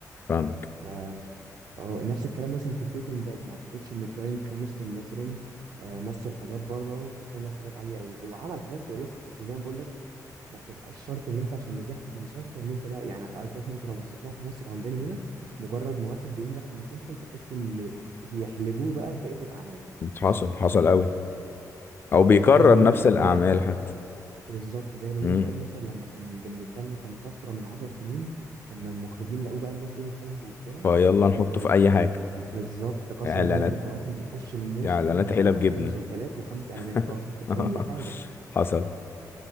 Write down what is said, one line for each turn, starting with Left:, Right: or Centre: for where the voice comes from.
Left: فاهمك
Right: ف اه نفس الكلام مثلا في بريكنج باد ما اعتقدش ان براين كرانستون مثلا آه، مثل حاجات بره تصنف حاجات عاليه قوي هو عمل حاجات كويسه بس زي ما بقول لك ما بتبقاش شرط ان انت عشان نجحت في مسلسل ان انت بقى يعني قصدي احنا انت لو بصيت لها في مصر عندنا هنا مجرد ما واحد بينجح في مسلسل تحس ان بيحلبوه بقى في بقيه الاعمال
Left: حصل حصل قوي او
Right: اه
Left: بيكرر
Right: يعني زي بيومي
Left: نفس
Right: فؤاد
Left: الاعمال
Right: كده
Left: حتى
Right: بالظبط زي بيومي
Left: امم
Right: فؤاد مثلا لما كان بالنسبة لنا كان طفرة من عشر سنين لما المخرجين لقوه بقى الناس ايه بتحبه وبتاع
Left: فيلا نحطه
Right: آه، ك- ك-
Left: في اي
Right: كان-
Left: حاجه
Right: بالظبط قسما
Left: اعلانات
Right: بالله كان أوقات بيخش الموسم
Left: اعلانات
Right: ب
Left: علب
Right: 10
Left: جبنه
Right: مسلسلات وخمس إعلانات
Left: <laughs>
Right: اه <laughs> أي حاجة
Left: حصل